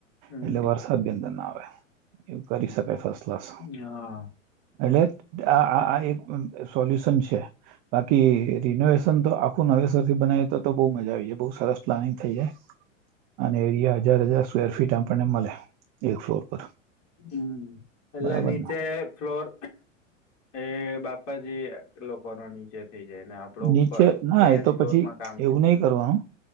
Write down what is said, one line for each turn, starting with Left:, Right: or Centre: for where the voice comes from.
Left: હમ
Right: એટલે
Left: હમ
Right: વર્ષા અભ્યંદનના આવે એવું કરી સકાય ફસ્ટ ક્લાસ
Left: હા
Right: એટલે એક સોલ્યુશન છે બાકી
Left: હમ
Right: રિનોવેશન તો આ નવેસરથી બના્યા તો બુ મજા આવીાય બહુ સરસ પ્લાનિંગ થઈ જાય અને એરિયા હજાર હજાર સ્વેર ફીટ આપણને મળે એક ફ્લોર પર
Left: હમ એટલે
Right: બરાબર
Left: નીચે
Right: ને
Left: ફ્લોર એ બાપાજી લોકો ના નીચે થઈ જાય ને આપડો
Right: નીચે
Left: ઉપર
Right: ના
Left: બે
Right: એ તો
Left: ફ્લોર
Right: પછી
Left: માં કામ
Right: એવું
Left: થઈ જાય
Right: નહી કરવાનું